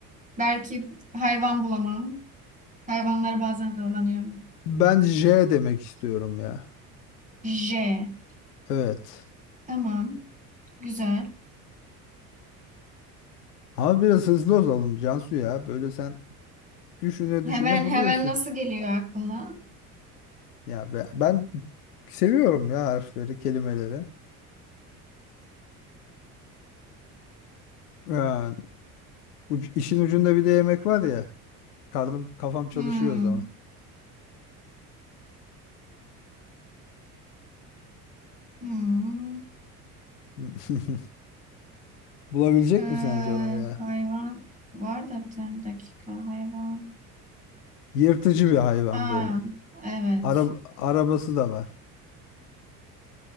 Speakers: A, on the right (about 15°); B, on the left (about 75°).
A: Belki hayvan bulamam. Hayvanlar bazen zorlanıyorum.
B: ben J demek istiyorum ya.
A: J.
B: Evet.
A: Tamam. Güzel.
B: Ama biraz hızlı olalım Cansu ya. Böyle sen düşüne
A: Hemen
B: düşüne buluyorsun.
A: hemen nasıl geliyor aklına?
B: Ya be- ben seviyorum ya harfleri, kelimeleri. Yani uc- işin ucunda bir de yemek var ya. Karnım, kafam çalışıyor
A: Hmm.
B: o zaman.
A: Hmm.
B: <laughs> Bulabilecek
A: Ee,
B: misin acaba ya?
A: hayvan var da bir tane dakika. Hayvan.
B: Yırtıcı bir hayvan
A: Aa,
B: böyle.
A: evet.
B: Ara, arabası da var.